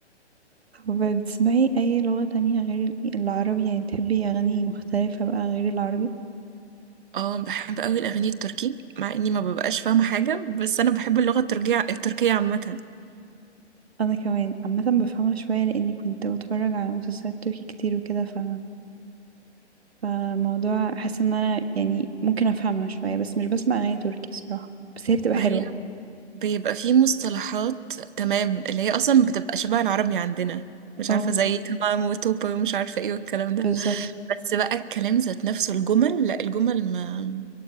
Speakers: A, on the right; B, on the right.
A: طب بتسمعي اي لغة تانية غير ال- العربي يعني بتحبي اغاني مختلفة بقى غير العربي
B: اه بحب قوي الاغاني التركي مع اني ما ببقاش فاهمه حاجه بس انا بحب اللغه التركيه التركيه عامه
A: انا كمان عامة بفهمها شوية لاني كنت بتفرج على مسلسلات تركي كتير وكده ف فالموضوع حاسة ان انا يعني ممكن افهمها شوية بس مش بسمع اغاني تركي صراحة بس هي بتبقى
B: ما
A: حلوة
B: هي بيبقى في مصطلحات تمام اللي هي اصلا بتبقى شبه العربي عندنا مش
A: اه
B: عارفه زي تمام وتوبة ومش عارفه ايه والكلام ده
A: بالظبط
B: بس بقى الكلام ذات نفسه الجمل لا الجمل ما